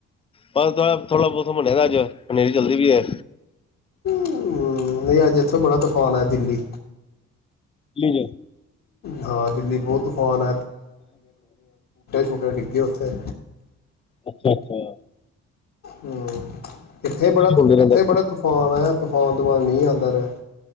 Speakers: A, on the left; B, on the left.
A: ਪਰ ਥੋੜਾ ਬਹੁਤ ਮੰਨਿਆ ਦਾ ਅੱਜ ਹਨੇਰੀ ਚਲਦੀ ਵੀ ਹੈ
B: ਹਮ, ਨਹੀਂ ਅੱਜ ਇੱਥੇ ਬੜਾ ਤੂਫਾਨ ਹੈ ਦਿੱਲੀ
A: ਜੀ ਜੀ
B: ਹਾਂ ਦਿੱਲੀ ਬਹੁਤ ਤੂਫਾਨ ਟੂਟੇ ਡਿੱਗਗੇ ਉੱਥੇ
A: ਅੱਛਾ ਅੱਛਾ
B: ਹਮ ਇੱਥੇ ਬੜਾ
A: ਹੁੰਦੇ
B: ਇੱਥੇ
A: ਰਹਿੰਦਾ
B: ਬੜਾ ਤੂਫਾਨ ਆਆ ਤੂਫਾਨ ਤੁਫਾਨ ਨਹੀਂ ਆਉਦਾ ਰਿਹਾ